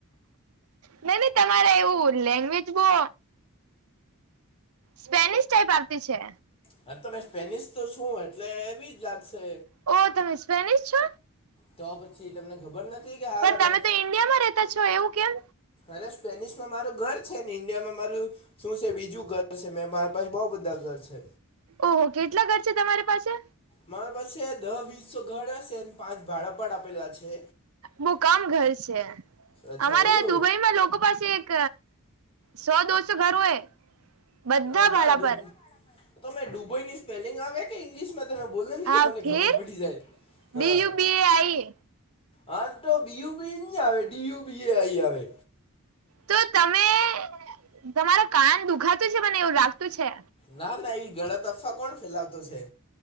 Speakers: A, on the right; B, on the left.
A: ના ની તમારે એવું લેંગ્વેજ બો સ્પેનિશ ટાઈપ આવતી છે.
B: હા તમે સ્પેનિશ તો છું એટલે એવીજ લાગશે
A: ઓ તમે સ્પેનિશ છો?
B: તો પછી તમને ખબર નથી કે હારા
A: પણ
B: મે
A: તમે તો ઈન્ડિયામાં રેતા છો એવું કેમ
B: અરે સ્પેનિશ મારું ઘર છે, ને ઈન્ડિયામાં મારું શું છે, બીજું ઘર છે, મે મારા પાહે બો બધા ઘર છે.
A: ઓહો કેટલા ઘર છે, તમારી પાસે?
B: મારા પાસે દહ વીસો ઘર હશે પાંચ ભાડા પર આપેલા છે.
A: મુકામ ઘર છે,
B: અચ્છા
A: અમારે
B: એવું
A: દુબઈમાં લોકો પાસે એક સો દોસો ઘર ઓય બધા
B: તા
A: ભાડા
B: ડુબ
A: પર
B: તમે ડુબઈની સ્પેલિંગ આવે કે ઇંગ્લિશમાં તમે બોલે ની
A: હા
B: મને ખબર
A: ફીર
B: પડી જાય હા.
A: બી યુ બી એ આઈ
B: હ તો બિયુબી ની આવે ડીયુ બીએ આઈ આવે
A: તો તમે તમાર કાન દુખાતું છે, મને એવું લાગતું છે.
B: ના ના એ ગળત અફવા કોણ ફેલાવતો છે?